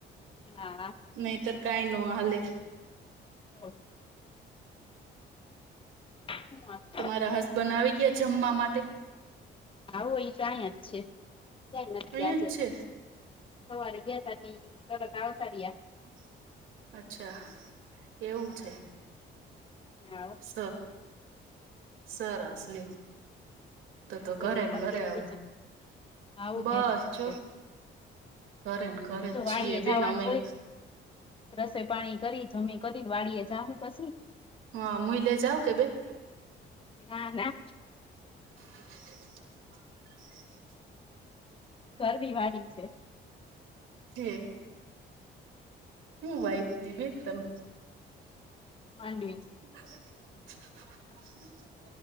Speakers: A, on the left; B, on the right.
A: હા.
B: નહીતો કાંઈનો હાલે.
A: હ. હ.
B: તમારા હસબન આવી ગયા જમવા માટે?
A: આવું એ તો આં જ છે, ક્યાંય નહિ
B: અહીં
A: ગિયા આજે
B: જ છે
A: તો. સવારે ગતા તત આવતા રિયા.
B: હ. અચ્છા એવું છે.
A: હા
B: ત સરસ લે. તો તો
A: બોલો
B: ઘરે ને
A: બાકીનું
B: ઘરે અવે
A: બીજું આવું
B: બસ
A: ઘેરે ને
B: જો
A: ઘરે
B: ઘરે ને
A: અમારે
B: ઘરે જ
A: જો
B: છીએ
A: વાડીએ
B: બેન
A: જવાનું
B: અમેઇ.
A: હોય રસોઈ પાણી કરી, જમી કરી ને વાડીએ જાઉ પસી.
B: હા મુઈલે જાવ કે બેન
A: ના ના.
B: <unintelligible> <unintelligible>
A: શરદી વાળી છે.
B: થે હું વાયગુતે તમ તમ
A: માંડવી
B: <unintelligible>